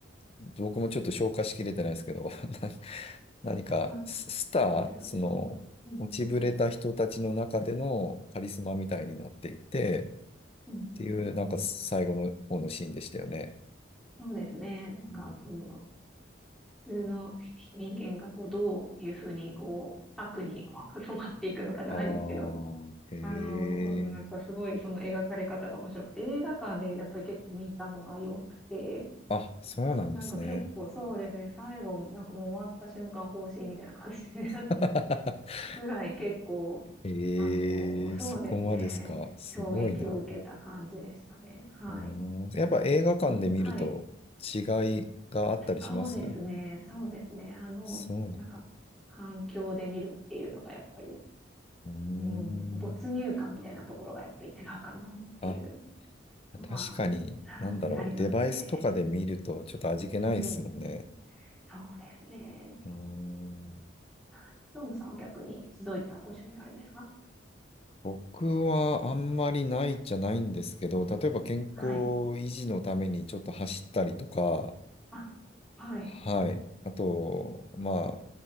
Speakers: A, on the left; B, in the centre.
A: う、僕もちょっと消化しきれてないですけど、<laughs> 何かススター、
B: まあ、そうです、
A: その、
B: そうです。うん、うん、
A: 落ちぶれた人たちの中でのカリスマみたいになっていて、
B: うん、うん、
A: っていう、
B: うん、うんうん。
A: なんか最後の方のシーンでしたよね。
B: そうですね。なんか、
A: うん、
B: その、普通の人間が、こう、どういうふうに、こう、悪に、こう <laughs>、染まっていくのかじゃないですけど、
A: ああ、へ
B: あの、なんか、
A: え。
B: すごい、その描かれ方が面白くて、映画館で、やっぱり結構見たのが良くて、
A: あ、そうなんですね。
B: なんか結構そうですね、最後、なんかもう終わった瞬間、方針みたいな感じで、
A: <laughs>
B: ぐらい結構、
A: へえ、
B: あの、そうですね。
A: そこまでですか。すごいな。
B: 衝撃を受けた感じでしたね。はい。
A: うーんやっぱ映画館で見ると違いがあったりします
B: うん、はい。そうですね。そうですね。あの、
A: そうなんだ。
B: なんか、環境で見るっていうのがやっぱり、
A: うー
B: うん、没入感みたいなところがやっぱり違うかなっていう
A: ん。あ、
B: のは、
A: 確かに、
B: はい、
A: なんだろう。
B: ありますね。
A: デバイスとかで見るとちょっと味気ないですもんね。
B: うん、そうですね。
A: うーん。
B: はいどうもさんは逆にどういったご趣味あるんですか
A: 僕はあんまりないじゃないんですけど、例えば健康
B: はい。
A: 維持のためにちょっと走ったりとか、
B: あ、はい。
A: はい。あと、まあ、